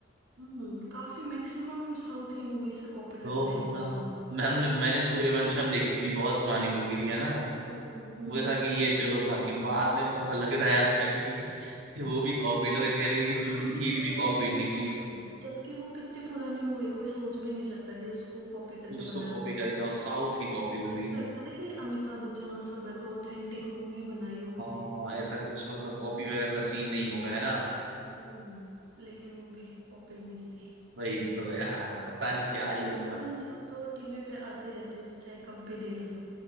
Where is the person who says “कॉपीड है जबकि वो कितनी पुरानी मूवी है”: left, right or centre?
Right